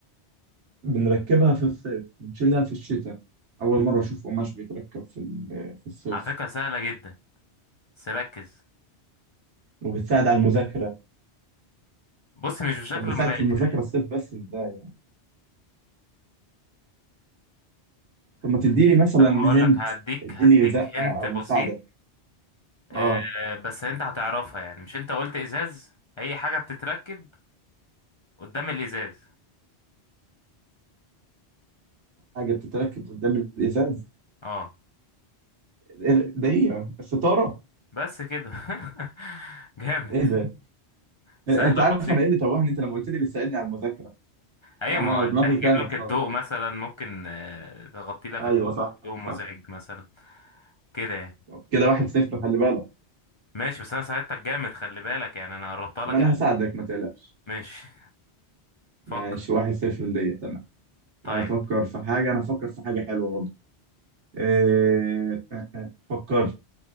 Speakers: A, on the right; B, on the left.
A: بنركبها في الصيف بنشيلها في الشتاء أول مرة أشوف قماش بيتركب في ال- في الصيف
B: على فكرة سهلة جدا بس ركز
A: وبتساعد على المذاكرة
B: بص مش بشكل
A: طب بتساعد
B: مباشر
A: في المذاكرة الصيف بس إزاي؟ طب ما تدي لي مثلا
B: طب هقول
A: هنت
B: لك هديك
A: ادي
B: هديك
A: لي زقة
B: هنت
A: أو
B: بسيط
A: مساعدة
B: آه
A: أه
B: بس انت هتعرفها يعني مش انت قلت ازاز هي حاجة بتتركب قدام الازاز
A: حاجة بتتركب قدام الإزاز
B: اه
A: إيه ده هي الستارة
B: بس كده <laughs> جامد
A: إيه ده؟
B: سهلة
A: أنت عارف
B: وبسيطة
A: أنا إيه اللي توهني أنت لما قلت لي بتساعدني على المذاكرة
B: ايوه
A: أنا
B: ما هو
A: دماغي
B: تحجب
A: تاهت
B: لك
A: خالص
B: الضوء مثلا ممكن آه تغطي لك
A: أيوه
B: الضوء
A: صح
B: ضوء مزعج
A: صح
B: مثلا كده يعني
A: طب كده واحد صفر خلي بالك
B: ماشي بس انا ساعدتك جامد خلي بالك يعني انا قربتها لك
A: ما أنا
B: قوي
A: هساعدك ما تقلقش
B: ماشي فكر
A: ماشي واحد صفر ليا تمام
B: طيب
A: افكر في حاجه انا افكر في حاجه حلوه برضه إيه... آه، آه، فكرت